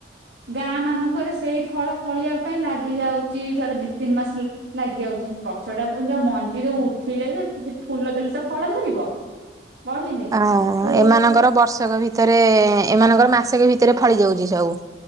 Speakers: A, on the right (about 80°); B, on the right (about 20°).
A: ଗାଁ ମାନଙ୍କରେ ସେଇ ଫଳ ଫଳିିବା ପାଇଁ ଲାଗି ଯାଉ କି ଥରେ ଦି ତିିନ ମାସରେ। ଲାଗିଯାଉଛି ଗଛ ଟା ପୁଣି ତ ମଞ୍ଜିରୁ ଉଠେଇଲେ ଯେ ଫୁଲ ଦେଲେ ତ ଫଳ ଧରିବ। ବଢିଲେ
B: ଅ
A: ତୁ
B: ଏମାନଙ୍କର ବର୍ଷକ ଭିତରେ ଏମାନଙ୍କର ମାସେକେ ଭିତରେ ଫଳି ଯାଉଛି ସବୁ।